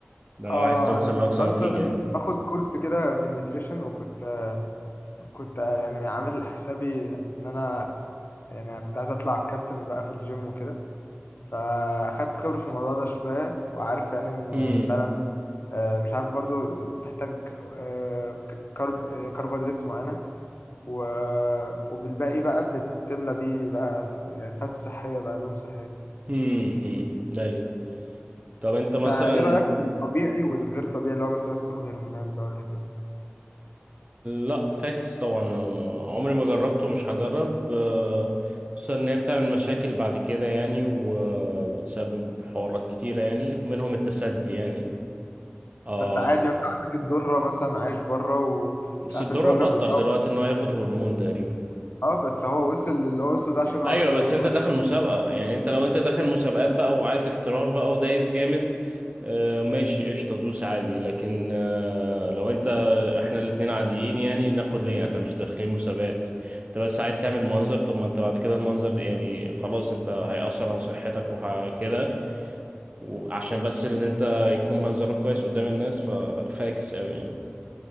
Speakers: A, on the right (about 35°); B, on the left (about 60°).
A: ده
B: اه
A: لو عايز توصل
B: انا كنت
A: لأقصى
B: اصلا
A: نتيجة يعني
B: باخد كورس كده في النيوتريشن وكنت كنت يعني عامل حسابي ان انا يعني كنت عايز اطلع كابتن بقى في الجيم وكده فاخدت خبرة في الموضوع ده شوية وعارف يعني ان
A: هم
B: فعلا آه، مش عارف برضو تحتاج آه، ك- كرب آه، كربوهيدرات معينة و- وبالباقي بقى بتملى بيه بقى يعني فات صحية بقى دهون صحية
A: هم هم داي طب انت
B: انت
A: مثلا
B: ايه رأيك في الطبيعي والغير طبيعي اللي هو مثلا الناس بتاخد هرمونات بقى والحاجات دي
A: لا فاكس طبعا عمري ما جربته ومش هجرب آه، خصوصا ان هي بتعمل مشاكل بعد كده يعني وبتسبب حوارات كتيرة يعني منهم التسدي يعني اه
B: بس عادي مثلا عندك الدرة مثلا عايش بره ومش
A: بس
B: عارف
A: الدرع
B: البروجرام
A: بطل
B: بتاعه
A: دلوقتي ان هو ياخد هرمون تقريبا
B: اه بس هو وصل للي هو وصله ده عشان هو
A: ايوه
B: اخد
A: بس
B: هرمون
A: انت
B: واخد
A: داخل مسابقة يعني انت لو انت داخل مسابقات بقى وعايز احتراف بقى ودايس جامد آه ماشي قشطة دوس عادي لكن آه لو انت احنا الاتنين عاديين يعني ناخد ليه احنا مش داخلين مسابقات انت بس عايز تعمل منظر طب ما انت بعد كده المنظر ده يعني خلاص انت هيأثر على صحتك وكده وعشان بس ان انت يكون منظرك كويس قدام الناس فلا فاكس قوي يعني